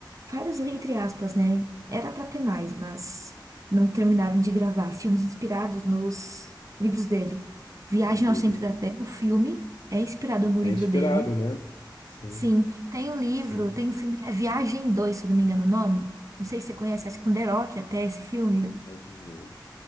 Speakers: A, on the right; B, on the left.
A: vários entre aspas, né? Era pra ter mais, mas não terminaram de gravar. Filmes inspirados nos livros dele. Viagem
B: Os dele,
A: ao Centro
B: né?
A: da Terra, o filme é inspirado no
B: É
A: livro
B: inspirado,
A: dele.
B: né? Sim,
A: Sim, tem o livro,
B: sim.
A: tem um filme que é Viagem 2 se eu não me engano o nome. Não sei se você conhece, acho que com The Rock até esse filme.
B: Imagem 2.